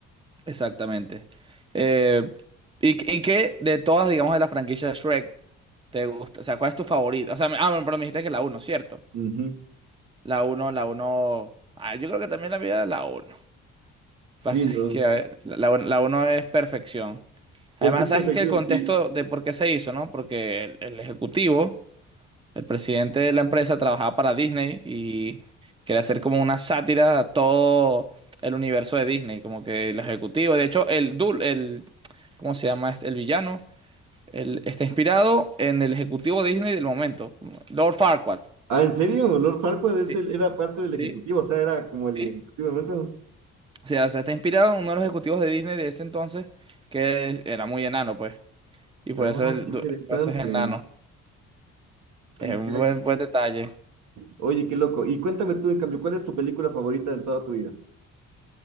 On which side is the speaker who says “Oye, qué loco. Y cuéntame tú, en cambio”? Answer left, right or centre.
Right